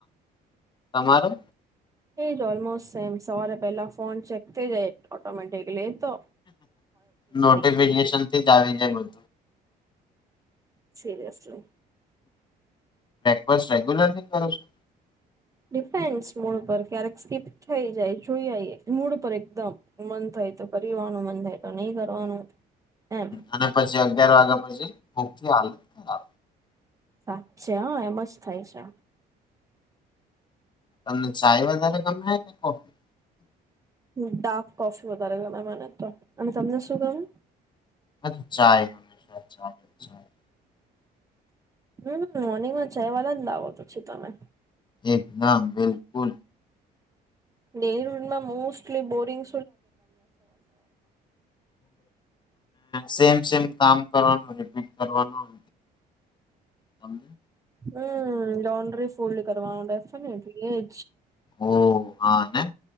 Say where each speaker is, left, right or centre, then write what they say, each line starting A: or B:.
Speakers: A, on the left; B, on the right.
A: તમારો?
B: એજ ઓલમોસ્ટ સેમ સવારે પહેલા ફોન ચેક થઈ જાય ઓટોમેટિકલી તો
A: નોટિફિકેશન
B: <unintelligible>
A: થી આવી જાય બધું.
B: સીરિયસલી.
A: બસ રેગ્યુલરની કરો છો?
B: ડિફેન્ડ મૂળ પર ક્યારેક સ્કીપ થઈ જાય જોઈ આ મૂડ પર એકદમ, મન થાય તો કરીનું મન થાય તો નહીં કરવાનું. એમ
A: અને પછી અગિયાર વાગ્યા પછી? હાલ. <unintelligible>
B: સાચે હા એમ જ થાય છે.
A: તમને ચાય વધારે ગમે કે કોફી?
B: ડાર્ક કોફી વધારે ગણ મને તો, અને તમને શું કહ્યું?
A: અ ચાય હમેશા ચાય. ચાય.
B: હમ મોર્નિંગમા ચાય વાલા લાવોતો છો તમે.
A: એકદમ બિલકુલ.
B: ડેડમાં <unintelligible> મોસ્ટલી
A: સેમ સમ કામ કરવાનું રિપીટ કરવાનું, બોલી <unintelligible>
B: હમ લોન્ડ્રી ફોલ્ડ કરવાઉન્ડ ના છે ને એટલે એ <unintelligible>
A: ઓ હા ને,